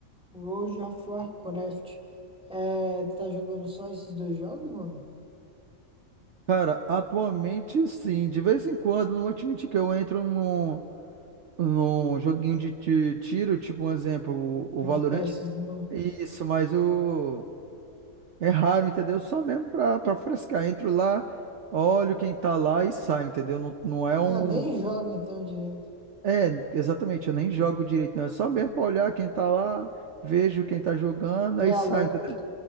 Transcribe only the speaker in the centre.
World of Warcraft. É, tu tá jogando só esses dois jogos, mano?
Um
FPSzinho.
Ah,
nem joga então direito.
VA
LoL.